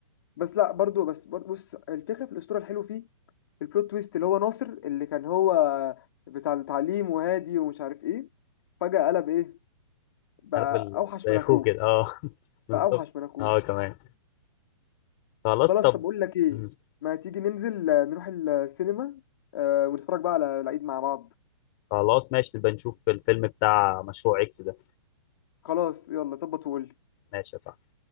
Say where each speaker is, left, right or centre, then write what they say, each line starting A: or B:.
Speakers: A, on the left (about 45°); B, on the left (about 30°).
A: بس لا برضو بس برضو بص الفكره في الاسطوره الحلو فيه البلوت تويست اللي هو ناصر اللي كان هو بتاع التعليم وهادي ومش عارف ايه فجاه قلب ايه بقى
B: عارف ال-
A: اوحش
B: زي
A: من
B: أخوه
A: اخوه
B: كده أه <laughs> بالظبط
A: بقى اوحش من اخوه
B: أه كمان خلاص
A: خلاص
B: طب
A: طب اقول لك ايه
B: مم.
A: ما تيجي ننزل آه، نروح السينما آه، ونتفرج بقى على العيد مع بعض
B: خلاص ماشي نبقى نشوف الفيلم بتاع مشروع إكس ده
A: خلاص يلا ظبط وقول
B: ماشي يا صاحبي